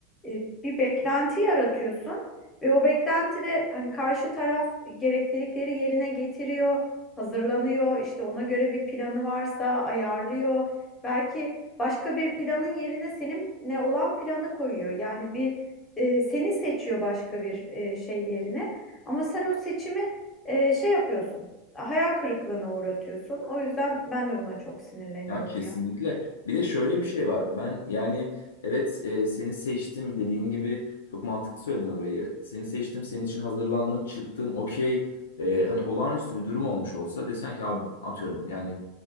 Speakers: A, on the left; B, on the left.
A: e, bir beklenti yaratıyorsun ve o beklenti de hani karşı taraf gereklilikleri yerine getiriyor, hazırlanıyor, işte ona göre bir planı varsa ayarlıyor. Belki başka bir planın yerine senin ne olan planı koyuyor. Yani bir e, seni seçiyor başka bir e, şey yerine. Ama sen o seçimi e, şey yapıyorsun hayal kırıklığına uğratıyorsun. O yüzden ben de buna çok sinirleniyorum
B: ya kesinlikle.
A: ya.
B: Bir de şöyle bir şey var. Ben yani evet e, seni seçtim dediğin gibi çok mantıklı söyledin orayı. Seni seçtim, senin için hazırlandım, çıktım, okey. Ee, hani olağanüstü bir durum olmuş olsa desen ki abi atıyorum yani